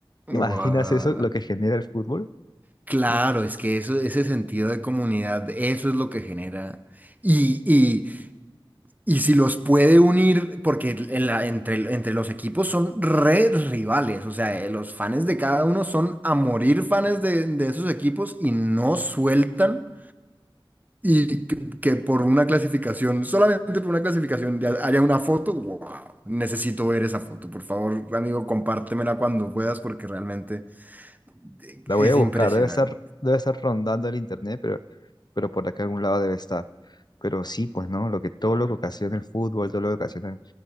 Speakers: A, on the left; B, on the right.
A: ¿Te imaginas
B: Guau.
A: eso, lo que genera el fútbol?
B: Claro,
A: Uf,
B: es que eso, ese sentido de comunidad, eso es lo que genera. Y, Y si los puede unir, porque en la- entre, entre los equipos son re rivales, o sea, eh, los fans de cada uno son a morir fans de, de esos equipos y no sueltan. Y que, que por una clasificación, solamente por una clasificación, ya haya una foto, wow, necesito ver esa foto. Por favor, amigo, compártemela cuando puedas porque realmente eh,
A: La
B: es
A: voy a buscar,
B: impresionante.
A: debe estar, debe estar rondando el internet, pero, pero por acá algún lado debe estar. Pero sí, pues no, lo que todo lo que ocasiona el fútbol, todo lo que ocasiona